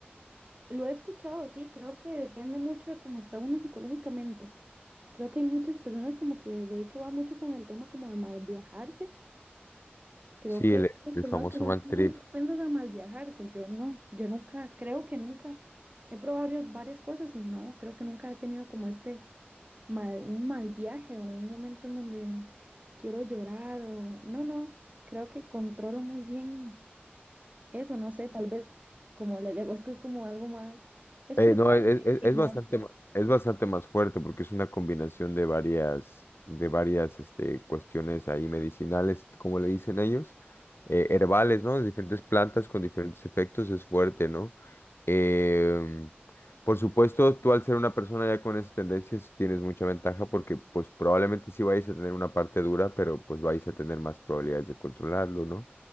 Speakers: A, on the right (about 35°); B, on the left (about 70°).
A: Lo he escuchado, sí, creo que depende mucho de cómo está uno psicológicamente. Creo que hay muchas personas como que de hecho va mucho con el tema como de mal viajarse. Creo
B: Sí,
A: que
B: el,
A: hay muchas
B: el
A: personas
B: famoso
A: que son
B: mal
A: muy
B: trip.
A: propensas a mal viajarse. Yo no, yo nunca, creo que nunca he probado varias, varias cosas y no, creo que nunca he tenido como este mal, un mal viaje o un momento en donde quiero llorar o no, no, creo que controlo muy bien eso, no sé, tal vez como la ayahuasca es como algo más espiritual
B: Eh, no, es, es-
A: y
B: es
A: más,
B: bastante, ma- es bastante más fuerte porque es una combinación de varias, de varias este, cuestiones ahí medicinales, como le dicen ellos, eh, herbales, ¿no? De diferentes plantas con diferentes efectos es fuerte, ¿no? Em, por supuesto, tú al ser una persona ya con esas tendencias tienes mucha ventaja porque pues probablemente sí vayas a tener una parte dura, pero pues vais a tener más probabilidades de controlarlo, ¿no?